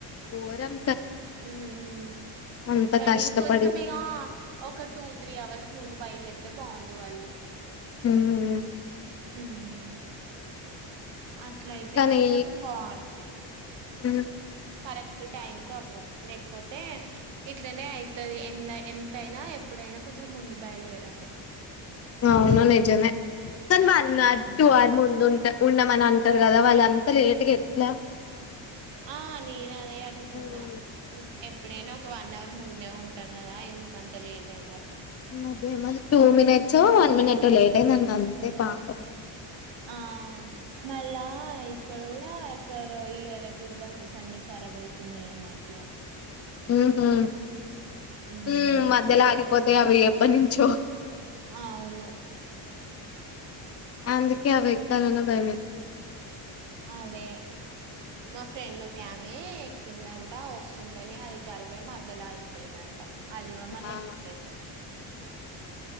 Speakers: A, on the left (about 30°); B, on the right (about 65°).
A: గోరం
B: హ్మ్
A: అంత
B: కానీ
A: కష్టపడి
B: కొంచెం ఇగా ఒక టూ త్రీ అవర్స్ ముందు బయలుదేర్తే బాగుండు వాళ్ళు
A: ఉమ్
B: హ్మ్ అట్ల అయితే
A: కానీ
B: కొంచెం బా
A: హ్మ్
B: కరెక్ట్ టైంకీ అవావ్ లేకపోతే ఇట్లనే ఐతది ఎంత ఎంతయినా ఎప్పుడ అయినా కొంచెం ముందు బయలుదేరాలి
A: అవును నిజమే కానీ వన్ అవర్
B: ఉమ్
A: టూ అవర్ ముందు ఉంట ఉన్నామని అంటారు కదా వాళ్ళు అంతా లేట్ గా ఎట్లా
B: ఆ నేను అదే అనుకున్నా
A: ఉమ్
B: ఎప్పుడైనా ఒక వన్ అవర్ ముందే ఉంటాం కదా ఎందుకు అంత లేట్ అయింద
A: అదే మరీ టూ మినిట్సో వన్ మినిట్ లేట్ అయిందండి అంతే పాపం
B: ఆ మళ్ళా ఇక్కడ కూడా ఇక్కడ ఈ ఎలక్ట్రిక్ బస్సెస్ అన్ని క కరాబైతున్నాయ్ ఈ మధ్య
A: ఊహు
B: హ్మ్.
A: ఊ మధ్యలో ఆగిపోతే అవి ఎప్పటి నుంచో
B: ఆ అవును.
A: అందుకే అవి ఎక్కాలన్నా భయం ఎత్
B: అదే మా ఫ్రెండ్ ఒక ఆమె ఎక్కిందంట వస్తుంటేనే అది కరాబై మధ్యలో ఆగిపోయిందంట. అదిగో మల్లీ
A: ఆ
B: ఎక్స్ప్రెస్